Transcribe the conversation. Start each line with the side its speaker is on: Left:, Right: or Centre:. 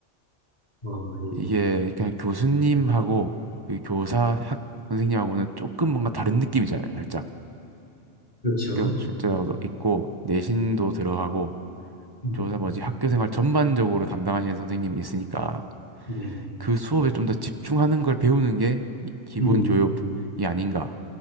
Left: 어, 예,
Right: 이게 그냥 교수님하고 그 교사 학 선생님하고는 조금 뭔가 다른 느낌이잖아요. 살짝
Left: 그렇죠.
Right: 학교 출제자도 있고 내신도 들어가고
Left: 음,
Right: 교사 뭐지 학교 생활 전반적으로 담당하시는 선생님이 있으니까
Left: 예.
Right: 그 수업에 좀 더 집중하는 걸 배우는 게이 기본
Left: 음,
Right: 교육이 아닌가.